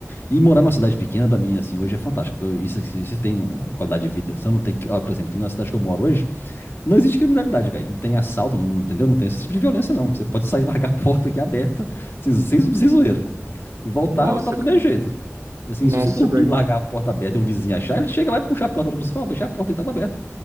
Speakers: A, on the left; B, on the right.
A: E morar numa cidade pequena, pra mim, assim, hoje é fantástico, porque isso, assim, você tem uma qualidade de vida. Você não tem que, ó, por exemplo, aqui na cidade que eu moro hoje, não existe criminalidade, velho. Não tem assalto, não, entendeu? Não tem esse tipo de violência, não. Você pode sair, <laughs> e largar a porta aqui aberta, sem, sem, sem zoeira. E voltar,
B: Nossa,
A: vai estar do
B: cara.
A: mesmo jeito. Assim,
B: Nossa,
A: se você dormir,
B: daí.
A: largar a porta aberta e um vizinho achar, ele chega lá e puxa a porta pra você e fala, fechar a porta e tava aberta.